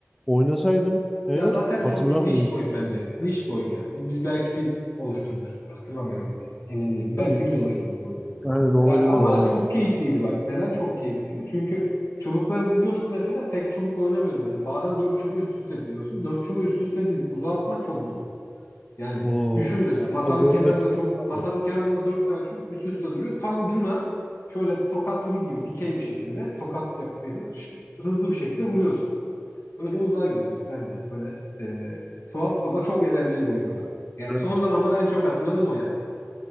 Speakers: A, in the centre; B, on the left (about 65°).
A: oynasaydım eğer
B: Ya zaten
A: hatırlardım.
B: çok niş
A: yüksek
B: bir oyun
A: ihtimal.
B: bence. Niş bir oyun yani. Onu biz belki biz oluşturmuşuzdur. Hatırlamıyorum bile. Emin değilim. Belki
A: Tabii
B: biz oluşturduk bu oyunu.
A: yani de olabilir
B: Yani ama
A: olabilir.
B: çok keyifliydi bak. Neden çok keyifliydi? Çünkü çubukları diziyorduk mesela. Tek çubukla oynamıyorduk mesela. Bazen dört çubuğu üst üste diziyorsun. Dört çubuğu üst üste dizip uzağa atmak çok zor. Yani
A: Oo.
B: düşün mesela masanın
A: Ya zorlaşıyor
B: kenarında çubuk,
A: tabii.
B: masanın kenarında dört tane çubuk üst üste duruyor. Tam ucuna şöyle tokat vurur gibi dikey bir şekilde tokat yapıp elini ş- hızlı bir şekilde vuruyorsun öyle uzağa gidiyordu falan yani. Böyle e, tuhaf ama çok eğlenceli bir oyundu bak. Yani
A: Güzelmiş.
B: son zamanlar en çok hatırladığım o yani.